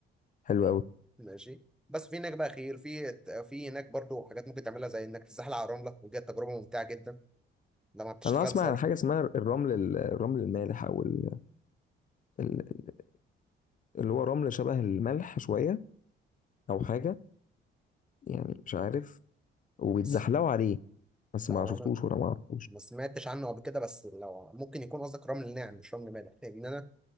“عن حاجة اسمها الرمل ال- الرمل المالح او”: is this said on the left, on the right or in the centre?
Left